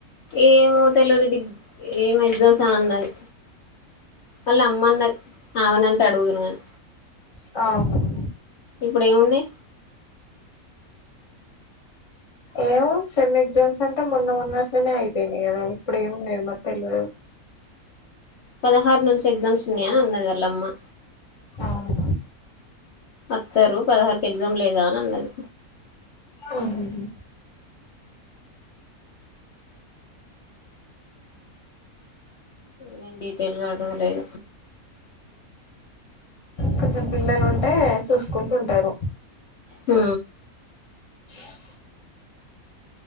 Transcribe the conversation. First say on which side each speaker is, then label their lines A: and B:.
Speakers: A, on the left (about 60°); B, on the left (about 30°).
A: ఏమో తెల్వది డిగ్ ఏమో ఎగ్జామ్స్ ఆ అన్నది వాళ్ళ అమ్మన్నది ఆవనంటే అడుగుతునుగానీ
B: అవును
A: ఇప్పుడు ఏమున్నాయ్
B: ఏమో సెమ్ ఎగ్జామ్స్ అంటే మొన్న మోన్నట్లనే అయిపోయినాయి కదా ఇప్పుడ ఏమున్నాయో మరి తెల్వదు
A: పదహారు నుంచి ఎగ్జామ్స్ ఉన్నాయనీ అన్నది వల్లమ్మ
B: అవున్
A: ఆత్తరు పదహారుకి ఎగ్జామ్ లేదా అని అన్నది
B: ఉహుహు
A: నేన్ డీటెయిల్ గా అడగలే ఇగ
B: కొంచెం పిల్లలు ఉంటే చూసుకుంట ఉంటారు
A: హు
B: <inaudible>